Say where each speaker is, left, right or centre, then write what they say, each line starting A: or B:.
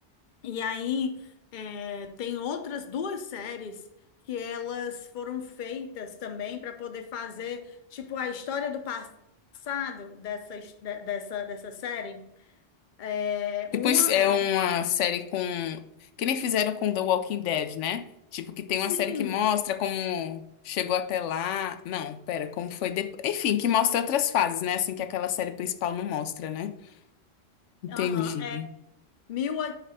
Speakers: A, on the left; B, on the left.
A: E aí, é, tem outras duas séries que elas foram feitas também para poder fazer, tipo, a história do passado dessa, his- de- dessa, dessa série. É,
B: Tipo,
A: uma
B: isso é
A: é,
B: uma série com. Que nem fizeram com The Walking Dead, né? Tipo, que tem
A: sim,
B: uma série que mostra como chegou até lá. Não, pera, como foi depois. Enfim, que mostra outras fases, né? Assim que aquela série principal não mostra, né? Entendi.
A: aham, é, mil, é,